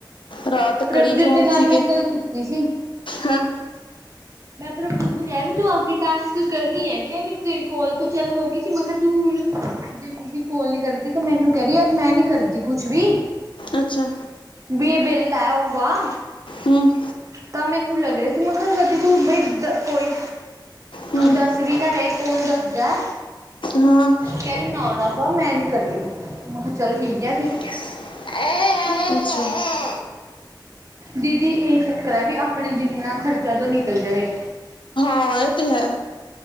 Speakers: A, on the left; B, on the right.
A: ਰਾਤ
B: ਪ੍ਰਭਜੋਤ
A: ਕੜੀ ਚੌਲ
B: ਦੇ ਨਾਲ
A: ਸੀਗੇ
B: ਮੈਂ ਗੱਲ ਕੀਤੀ ਸੀ
A: ਹੈਂ।
B: ਮੈਂ ਪ੍ਰਭਜੋਤ ਨੂੰ ਕਿਹਾ ਵੀ ਤੂੰ ਅੱਗੇ ਟਾਸਕ ਕਰ ਰਹੀ ਆ। ਕਿਹਾ ਵੀ ਤੇਰੀ ਕੋਲ ਤੋਂ ਚੱਲ ਹੋ ਗਈ ਸੀ ਮੈਂ ਕਿਹਾ ਤੂੰ ਹੁਣ। ਜੇ ਮਿਨੀ ਕੋਲ ਨੀ ਕਰਦੀ ਤਾਂ ਮੈਨੂੰ ਕਹਿ ਰਹੀ ਆ ਮੈਂ ਨੀ ਕਰਦੀ ਕੁਛ ਵੀ।
A: ਅੱਛਾ
B: ਬਈ ਇਹ ਬਿੱਲ ਹੈ ਉਹ ਵਾਹ!
A: ਹੂੰ
B: ਤਾਂ ਮੈਨੂੰ ਲੱਗ ਰਿਹਾ ਸੀ ਮੈਂ ਕਿਹਾ ਕਰਦੀ ਤੂੰ ਬਈ ਕੋਈ
A: ਹੂੰ
B: ਦੱਸ। ਸੀ ਵੀ ਨਾ ਰਹੇ ਇਹ ਕੌਣ ਦੱਸਦਾ।
A: ਹਾਂ।
B: ਕਹਿਰੀ ਨਾ ਨਾ ਕਰ ਮੈਂ ਨਹੀਂ ਕਰ ਰਹੀ ਮੈਂ ਕਿਹਾ ਚੱਲ ਠੀਕ ਹੈ ਫਿਰ।
A: ਇਸ। ਅੱਛਾ।
B: ਦੀਦੀ ਇਹ ਚੱਕਰ ਏ ਕਿ ਆਪਣੇ ਜਿੰਨਾ ਖ਼ਰਚਾ ਤੋਂ ਨਿਕਲ ਜਾਵੇ।
A: ਹਾਂ ਇਹ ਤੇ ਹੈ।